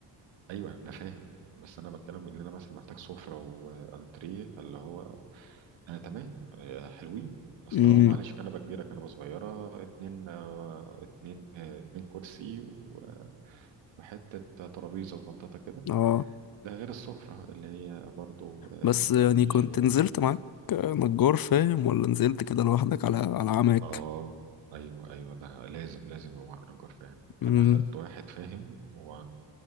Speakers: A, on the right; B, on the left.
A: ايوه انا فاهم بس انا بتكلم ان انا مثلا محتاج سفرة وانتريه فاللي هو آه تمام آه حلوين اصل
B: امم
A: هو معلش كنبه كبيره كنبه صغيره اتنين آه اتنين آه اتنين كرسي و- آه، وحته ترابيزه صغنططه كده
B: اه
A: ده غير السفره اللي هي برضو آه
B: بس يعني
A: نيش
B: كنت
A: وفيه
B: نزلت معاك نجار فاهم ولا نزلت كده لوحدك على على عمك
A: اه ايوه ايوه ده لازم لازم يبقى معاك نجار فاهم
B: امم
A: انا خدت واحد فاهم و...